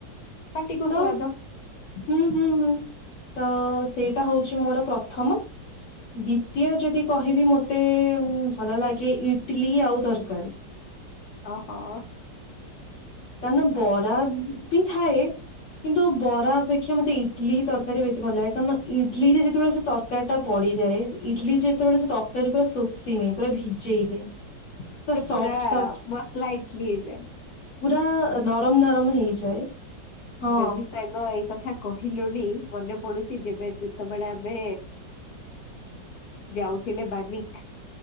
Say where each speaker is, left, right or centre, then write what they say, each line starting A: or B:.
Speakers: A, on the left (about 60°); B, on the left (about 90°).
A: ପାଟିକୁ
B: ତ
A: ସୁଆଦ
B: ହୁଁ- ହୁଁ -ହୁଁ। ତ ସେଇଟା ହଉଛି ମୋର ପ୍ର ପ୍ରଥମ ଦ୍ଵିତୀୟ ଯଦି କହିବି ମତେ ଭଲ ଲାଗେ ଇଟିଲି ଆଉ ତରକାରୀ।
A: ଓହୋ।
B: କଣ ନା ବରା ବି ଥାଏ କିନ୍ତୁ ବରା ଅପେକ୍ଷା ମତେ ଇଟଲି ତରକାରୀ ବେଶୀ ଭଲ ଲାଗେ କାରଣ ଇଟଲି ରେ ଯେତେବେଳେ ସେ ତରକାରୀ ଟା ପଡିଯାଏ ଇଟଲି ଯେତେବେଳେ ସେ ତରକାରୀ ପୁରା ଶୋଷିନିଏ ପୁରା ଭିଜେଇ ଦିଏ।
A: ସେ
B: ସଫ୍ଟ
A: ପୁରା
B: ସଫ୍ଟ
A: ମସଲା ଇଟଲି ହେଇଯାଏ।
B: ପୁରା ନରମ ନରମ ହେଇଯାଏ। ହଁ
A: ଯଦି ସାଙ୍ଗ <unintelligible> କଥା କହିଲୁଣି ମନେ ପଡୁଛି ଯେବେ ଯେତେବେଳେ ଆମେ ଯାଉଥିଲେ ବାନିକ